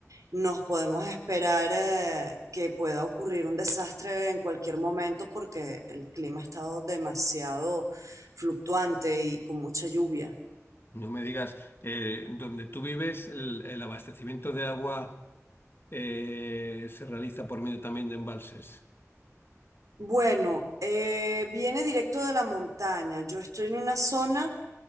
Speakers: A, on the right (about 85°); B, on the left (about 45°).
A: nos podemos esperar eh, que pueda ocurrir un desastre en cualquier momento porque el clima ha estado demasiado fluctuante y con mucha lluvia.
B: Mm. No me digas, eh, donde tú vives, el, el abastecimiento de agua eh, se realiza por medio también de embalses.
A: Bueno, eh, viene directo de la montaña. Yo estoy en una zona